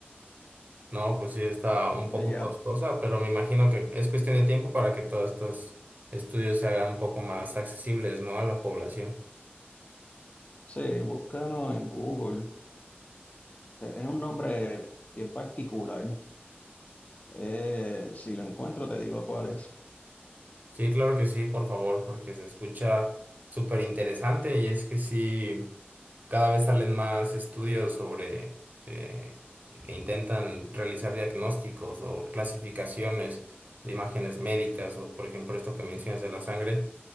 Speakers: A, on the right; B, on the left.
A: No, pues sí está un poco
B: Eh, ya
A: costosa, pero me imagino que es cuestión de tiempo para que todos estos estudios se hagan un poco más accesibles, ¿no? A la población.
B: sí, búscanos en Google. Este, Es un nombre bien particular. Eh, si lo encuentro, te digo cuál es.
A: Sí, claro que sí, por favor, porque se escucha súper interesante y es que sí, cada vez salen más estudios sobre eh, que intentan realizar diagnósticos o clasificaciones de imágenes médicas o, por ejemplo, esto que mencionas de la sangre.